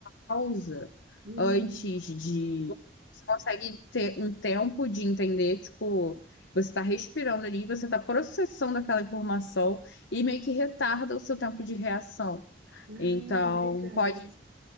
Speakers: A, on the left; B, on the right.
A: pausa
B: hum.
A: antes de. Você consegue ter um tempo de entender, tipo, você está respirando ali, você está processando aquela informação e meio que retarda o seu tempo de reação.
B: Ah,
A: Então,
B: legal.
A: pode,